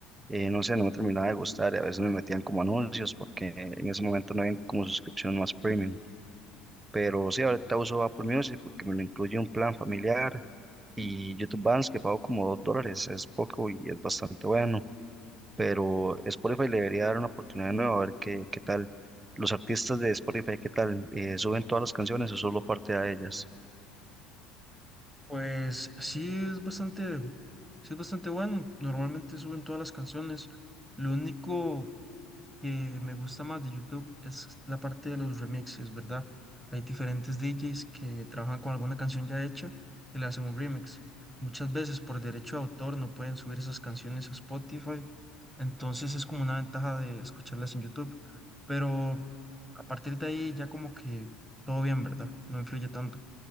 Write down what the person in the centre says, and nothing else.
Pues sí es bastante, sí es bastante bueno. Normalmente suben todas las canciones. Lo único que me gusta más de YouTube es la parte de los remixes, ¿verdad? Hay diferentes DJs que trabajan con alguna canción ya hecha y le hacen un remix. Muchas veces por derecho de autor no pueden subir esas canciones a Spotify. Entonces es como una ventaja de escucharlas en YouTube. Pero a partir de ahí ya como que todo bien, ¿verdad? No influye tanto.